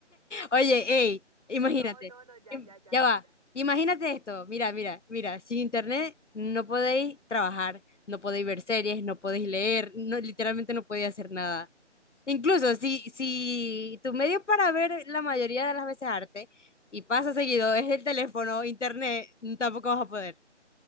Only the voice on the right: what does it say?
No, no, no, ya,
ya, ya,
ya,
ya.